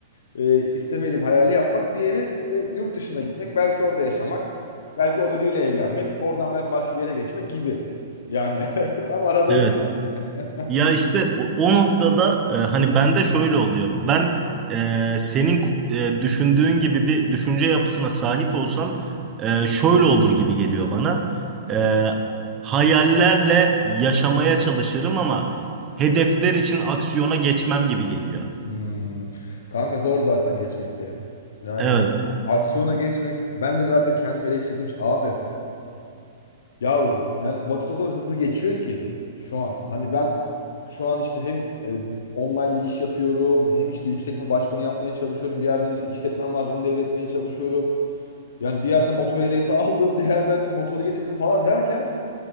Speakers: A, on the left; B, on the right.
A: e, istemediğim hayali yapmak. Diğeri işte yurt dışına gitmek, belki orada yaşamak, belki orada biriyle evlenmek, oradan belki başka bir yere geçmek gibi. Yani <laughs> tam aradayım
B: Evet.
A: şu an yine. <laughs>
B: Ya işte o, o noktada e, hani bende şöyle oluyor. Ben e, senin e, düşündüğün gibi bir düşünce yapısına sahip olsam e, şöyle olur gibi geliyor bana. E, hayallerle yaşamaya çalışırım ama hedefler için aksiyona geçmem gibi geliyor.
A: Hmm. Kanka zor zaten geçmekte. Yani
B: Evet.
A: aksiyona geçmek ben de zaten kendimi eleştirdim. Abi Ya yani vakit o kadar hızlı geçiyor ki şu an. Hani ben şu an işte hem e, online bir iş yapıyorum hem işte yüksek lisans başvurunu yapmaya çalışıyorum. Bir yerden işte işletmem vardı onu devretmeye çalışıyorum. Yani bir yerden motor ehliyeti <laughs> aldım bir yerden işte motoru getirdim falan derken